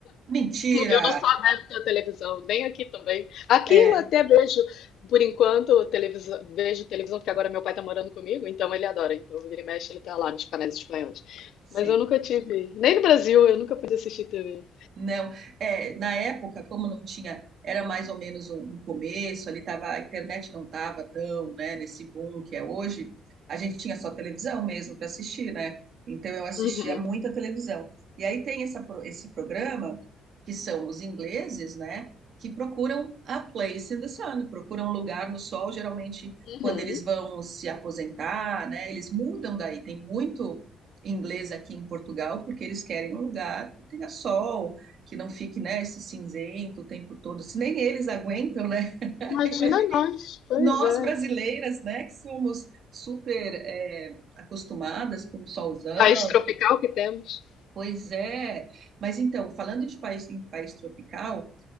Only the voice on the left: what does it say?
Eu não sou adepta à televisão, nem aqui também. Aqui
eu até vejo, por enquanto, televisão, vejo televisão, porque agora meu pai tá morando comigo, então ele adora. Então, vira e mexe, ele tá lá nos canais espanhóis.
Mas eu nunca tive, nem no Brasil, eu nunca pude assistir TV.
Uhum,
uhum.
Imagina
nós, pois
é.
País tropical que temos.